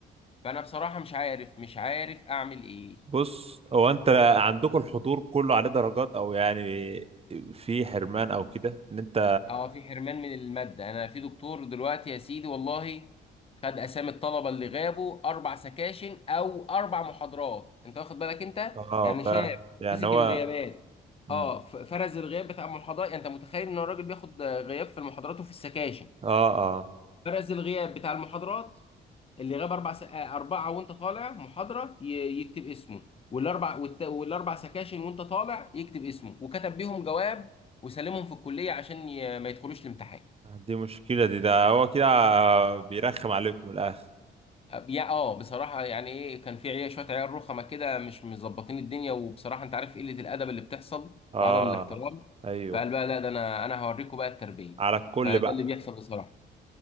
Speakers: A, on the left (about 30°); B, on the right (about 30°).
A: فانا بصراحه مش عارف مش عارف اعمل ايه
B: بص هو انت عندكم الحضور كله عليه درجات او يعني في حرمان او كده ان انت
A: اه في حرمان من المادة يعني انا في دكتور دلوقتي يا سيدي والله خد اسامي الطلبة اللي غابوا اربع سكاشن او اربع محاضرات انت واخد بالك انت
B: اه
A: يعني
B: ف
A: شاب
B: يعني
A: مسك
B: هو
A: الغيابات
B: مم.
A: اه ف- فرز الغياب بتاع المحاضرات يعني انت متخيل ان الراجل بياخد غياب في المحاضرات وفي السكاشن
B: اه اه
A: فرز الغياب بتاع المحاضرات اللي غاب اربع س... آه، اربعة وانت طالع محاضرة ي- يكتب اسمه والاربع والت... والاربع سكاشن وانت طالع يكتب اسمه وكتب بيهم جواب وسلمهم في الكلية عشان ي... ما يدخلوش الامتحان
B: دي مشكلة دي ده هو كده بيرخم عليكم من الاخر
A: يا اه بصراحة يعني ايه كان في عيال شوية عيال رخمة كده مش مظبطين الدنيا وبصراحة انت عارف قلة الأدب اللي بتحصل
B: اه
A: وعدم الاحترام
B: ايوه
A: فقال بقى لا ده انا انا هوريكم بقى التربية
B: على الكل
A: فده
B: بقى
A: اللي بيحصل بصراحة